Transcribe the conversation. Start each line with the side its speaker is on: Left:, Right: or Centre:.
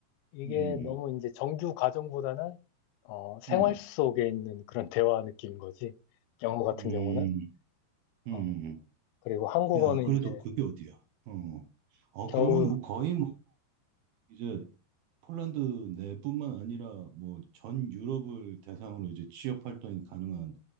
Left: 이게
Right: 음,
Left: 너무 이제 정규 과정보다는 어, 생활
Right: 음,
Left: 속에 있는 그런 <laughs> 대화 느낌인 거지. 영어 같은
Right: 음,
Left: 경우는.
Right: 음.
Left: 어, 그리고 한국어는
Right: 야, 그래도
Left: 이제
Right: 그게 어디야? 어, 어,
Left: 겨우,
Right: 그러면 뭐 거의 뭐 이제 폴란드 내뿐만 아니라 뭐 전 유럽을 대상으로 이제 취업 활동이 가능한